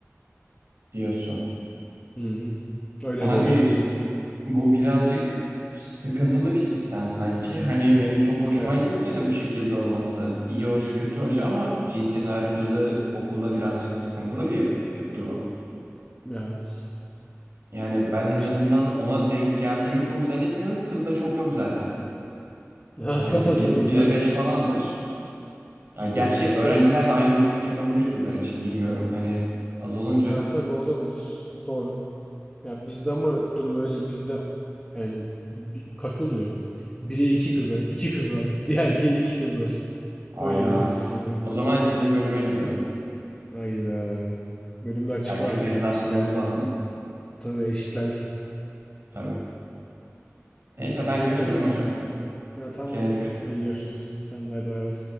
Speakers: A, on the right; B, on the left.
A: diyorsun?
B: Hı hı. Öyle
A: Abi
B: bir hoca.
A: bu birazcık sıkıntılı bir sistem sanki. Hani benim çok hoşuma
B: Evet.
A: gitmedi bu şekilde olması. İyi hoca kötü hoca ama cinsiyet ayrımcılığı okulda birazcık sıkıntılı bir yak- durum.
B: Evet.
A: Yani
B: Ama
A: ben
B: yapacak
A: en azından
B: da bir şey yok.
A: ona denk geldiğimi çok zannetmiyorum. Kız da çok yok zaten.
B: <laughs>
A: Hani bir,
B: Doğru
A: bire
B: sen.
A: beş falandır. Ya gerçi
B: <laughs>
A: öğrenciler
B: Yok bir.
A: de ayrımcılık yapabilir kızlar için bilmiyorum. Hani az olunca.
B: Ha tabii olabilir. Doğru. Ya bizde ama durum öyle değil. Bizde yani bir- kaç oluyor? Bire iki kız var. iki kız var. Bir erkeğe iki kız var.
A: Ayda.
B: Öyle bir sistem var.
A: O zaman sizin bölüme geliyorum.
B: Hayda. Bölümde açık
A: Erkek
B: vardı
A: sayısını
B: kardeşim.
A: arttırmamız
B: Gel sen.
A: lazım.
B: de. Tabii eşitlensin. <laughs>
A: Tabii. Neyse
B: Ee,
A: ben
B: Neyse
A: kaçıyorum
B: hocam.
A: hocam.
B: Ha, tamamdır
A: Kendine dikkat
B: hocam.
A: et.
B: Hadi görüşürüz. Sen de hadi bay bay.